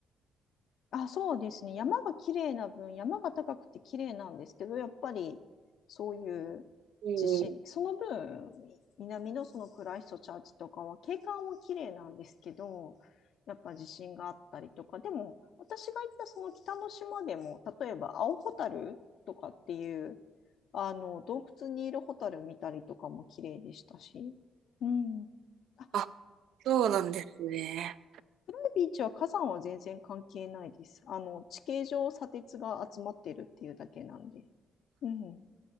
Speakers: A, on the left; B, on the right.
A: あ、そうですね。山が綺麗な分、山が高くて綺麗なんですけど、やっぱりそういう地震、
B: うん。
A: その分、南のそのクライストチャーチとかは景観は綺麗なんですけど、やっぱ地震があったりとか、でも私が行ったその北の島でも、例えば青ホタルとかっていう、あの洞窟にいるホタル見たりとかも綺麗でしたし、うん。あ、
B: あ、そうなんですね。
A: 暗いビーチは火山は全然関係ないです。あの、地形上砂鉄が集まってるっていうだけなんで。うん。